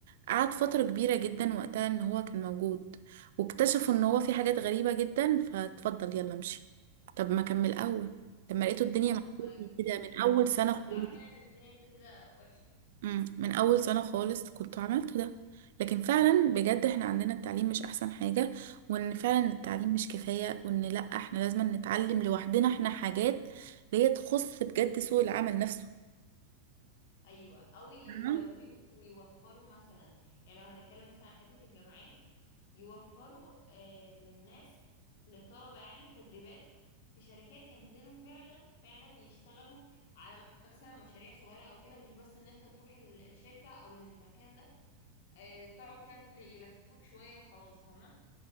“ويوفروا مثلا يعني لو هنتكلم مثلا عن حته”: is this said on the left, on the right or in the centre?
Left